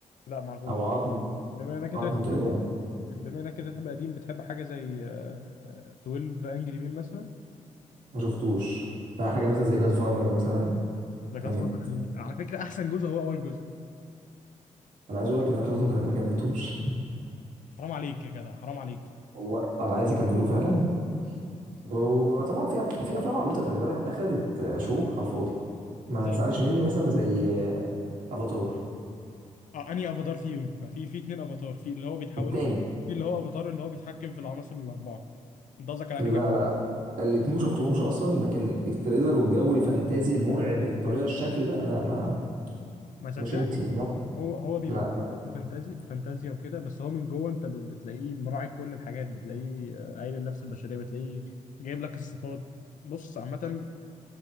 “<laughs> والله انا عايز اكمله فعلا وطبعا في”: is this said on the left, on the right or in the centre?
Right